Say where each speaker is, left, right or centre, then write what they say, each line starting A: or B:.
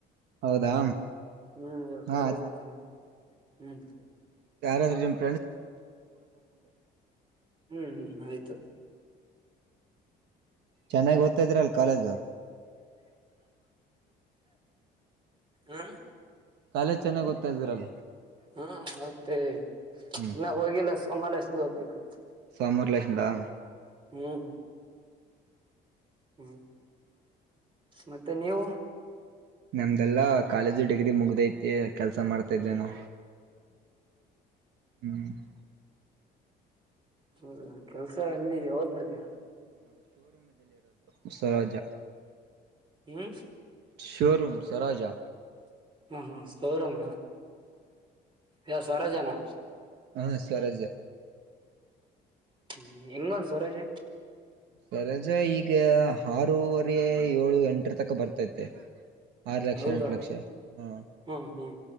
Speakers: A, on the right (about 80°); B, on the right (about 30°).
A: ಹೌದಾ
B: ಹ್ಮ್ ಕಾಲಗ್ತಿ.
A: ಹಾ
B: ಹ್ಮ್ ಹ್ಮ.
A: ಯಾರಾದ್ರೇನ್.
B: ಹ್ಮ್ ಹ್ಮ್ ಆಯ್ತು.
A: ಚೆನ್ನಾಗಿ ಓದ್ತಾ ಇದ್ರಲ್ ಕಾಲೇಜು
B: ಹ್ಮ.
A: ಕಾಲೇಜ್ ಚೆನ್ನಾಗ್ ಓದ್ತ ಇದೀರಲ್ಲ.
B: ಹ್ಮ ಮತ್ತೇ
A: ಹ್ಮ್
B: ಇನ್ನ ಹೋಗಿಲ್ಲ. <unintelligible> ಸೋಮಾರಷ್ಟಿಂದ ಹೋಗ್ಬೇಕು.
A: <unintelligible> ಸಂಬರ್ಲೇಶಿಂದಾ.
B: ಹ್ಮ್ ಹ್ಮ್ ಮತ್ತೆ ನೀವು
A: ನಮ್ದೆಲ್ಲಾ ಕಾಲೇಜು ಡಿಗ್ರಿ ಮುಗ್ಧಐತಿ ಕೆಲ್ಸ ಮಾಡ ತ ಇದಿದ್ದೇನ ಹ್ಮ್ <unintelligible>
B: ಹೌದ ಕೆಲ್ಸ ಅಲ್ಲಿ ಯಾವಾಗ್ ಮಾಡ್ತೀಯಾ
A: ಉಸರಜ
B: ಹ್ಮ್
A: ಶೋರೂಮ್ ಸರೋಜಾ
B: <unintelligible> ಹ್ಮ ಹ್ಮ ಸೌರಮ ಯ ಸ್ವರಾಜನಾ
A: ಹಾ ಸ್ವರಾಜ್ಯ
B: ಹ್ಮ್ ಹೆಂಗ ಒಂದ ಸರೂವರಾಜ
A: ಸರೊಜಾ ಈಗ ಆರೂವರೆ ಏಳು ಎಂಟ್ರ ತಕ ಬರ್ತತಿ ಆರು ಲಕ್ಷ
B: ಹೌದಾ
A: ಎಂಟ್ ಲಕ್ಷ ಹಾ
B: ಹ್ಮ್ ಹ್ಮ್